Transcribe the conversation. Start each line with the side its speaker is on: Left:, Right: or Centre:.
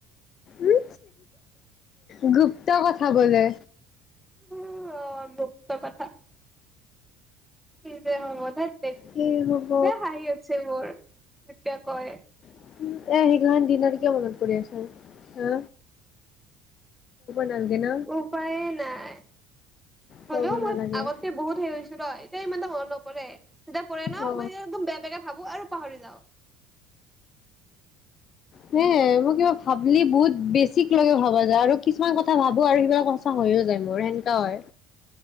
Left: উম <unintelligible> গুপ্ত কথা বোলে।
Centre: উম অ' গুপ্ত কথা। কি যে হ'ব ধেৎ।
Left: কি হ'ব
Centre: হাঁহি আছে মোৰ। কিবা কৰে।
Left: এ সেইগিলাখান দিনাৰ ক মনত কৰি আছ হা নালাগে ন
Centre: উপায়ে নাই
Left: ক'ব
Centre: হ'লেও মই
Left: নালাগে
Centre: আগতকে বহুত হেৰি হৈছো ন'? কেই মানে হ' লগ পৰে তেতিয়া পৰে ন,
Left: অ
Centre: মই একদম বেয়া বেগে ভাবো আৰু পাহৰি যাও।
Left: হে মই কিবা ভাবিলি বহুত বেছিক লগে ভাবা যায় আৰু কিছুমান কথা ভাবো আৰু সিবিলাক সঁচা হৈয়ো যায় মোৰ সেনেকা হয়।